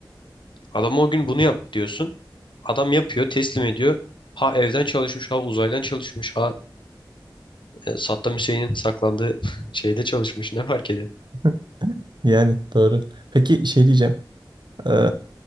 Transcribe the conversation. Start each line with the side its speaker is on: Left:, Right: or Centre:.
Left: Adama o gün bunu yap diyorsun. Adam yapıyor, teslim ediyor. Ha evden çalışmış, ha uzaydan çalışmış, ha e, Saddam Hüseyin'in saklandığı <laughs> şeyde çalışmış. Ne fark ediyor?
Right: <laughs> yani doğru. Peki şey diyeceğim. Ee,